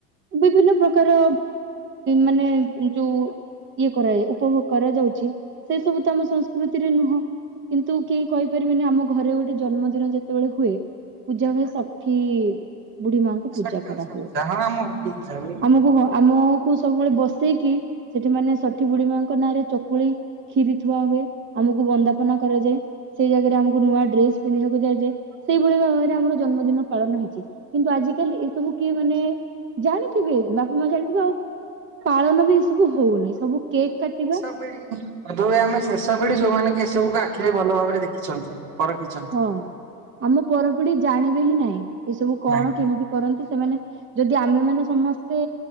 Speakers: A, on the right (about 25°); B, on the right (about 60°).
A: ବିଭିନ୍ନ ପ୍ରକାର ମାନେ ଯୋଉ ଇଏ କରାଯାଏ ଉପଭୋଗ କରାଯାଉଛି ସେ ସବୁ ତ ଆମ ସଂସ୍କୃତିରେ ନୁହଁ। କିନ୍ତୁ କେହି କହିପାରିବେନି ଆମକୁ କି ଘରେ ଗୋଟେ ଜନ୍ମଦିନ ଯେତୋଓଳେ ହୁଏ ପୂଜା ହୁଏ ଷଠି ବୁଢୀ ମାଙ୍କ ପୂଜା
B: ଷାଠିଏ
A: କରା
B: ଓଷା
A: ହୁଏ
B: ପୂଜା ହଁ ଆମ ଘରେ ବି ପୂଜା ହୁଏ।
A: ଆମକୁ ଆମ କୁ ସବୁବେଳେ ବସେଇକି ସେଠି ମାନେ ଷଠି ବୁଢୀ ମାଙ୍କ ନାଁରେ ଚକୁଳି କ୍ଷିରି ଥୁଆ ହୁଏ ଆମକୁ ବନ୍ଦାପନା କରାଯାଏ ସେଇ ଜାଗାରେ ଆମକୁ ନୂଆ ଡ୍ରେସ ପିନ୍ଧିବାକୁ ଦିଆଯାଏ। ସେଇଭଳି ଭାବେରେ ଆମର ଜନ୍ମଦିନ ପାଳନ ହେଇଚି। କିନ୍ତୁ ଆଜିିକାଲି ଏସବୁ କିଏ ମାନେ ଜାଣିଥିବେ ବାପା ମା ଜାଣିଥିବେ ଆଉ ପାଳନ ବି ଏ ସବୁ ହୋଉନି ସବୁ କେକ୍ କାଟିବା
B: <inaudible> ବୋଧ ହୁଏ ଆମେ ଶେଷ ପିଢି ଯୋଉମାନେ କି ଏସବୁକୁ ଆଖିରେ ଭଲ ଭାବରେ ଦେଖିଛନ୍ତି ପରଖିଛନ୍ତି।
A: ହଁ ଆମ ପରପିଢି ଜାଣିବେ ହିଁ ନାହିଁ ଏସବୁ କଣ
B: ନାଇଁ।
A: କେମିତି କରନ୍ତି ସେମାନେ ଯଦି ଆମେମାନେ ସମସ୍ତେ